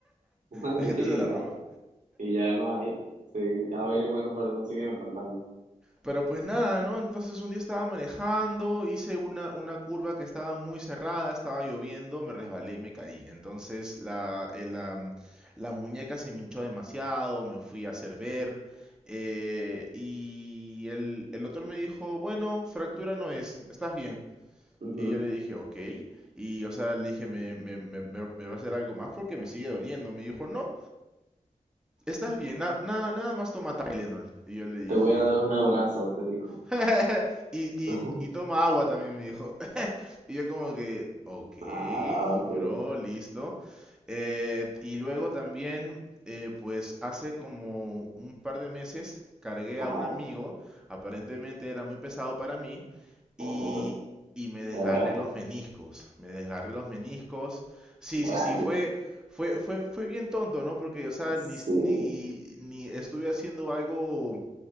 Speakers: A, on the right (about 70°); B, in the centre.
A: <laughs>
B: La gente
A: sí, y
B: se la
A: ya,
B: robó.
A: y ya no hay, sí. A ver, y bueno, perdón, sígueme contando.
B: Pero pues nada, ¿no? Entonces un día estaba manejando, hice una, una curva que estaba muy cerrada, estaba lloviendo, me resbalé y me caí. Entonces la, el, am, la muñeca se me hinchó demasiado, me fui a hacer ver. eh, y el, el doctor me dijo, bueno, fractura no es, estás bien.
A: Ujú.
B: Y yo le dije, ok. Y o sea, le dije, ¿me, me, me, me- me va a hacer algo más porque me sigue doliendo? Me dijo, no, estás bien, na- nada nada más toma Tylenol. Y yo le dije,
A: Te voy a dar un abrazo, te dijo.
B: <laughs> Y, y,
A: <laughs>
B: y toma agua también, me dijo. <laughs> Y yo como que, ok,
A: Ah, ok.
B: bro, listo. Eh, y luego también, eh, pues hace como un par de meses, cargué
A: Ajá,
B: a un amigo, aparentemente era muy pesado para mí, y,
A: ajá.
B: y me desgarré
A: Ah,
B: los meniscos, me desgarré los meniscos. Sí,
A: rayos,
B: sí, sí, fue, fue, fue, fue bien tonto, ¿no? Porque, o sea,
A: sí.
B: ni, ni, ni estuve haciendo algo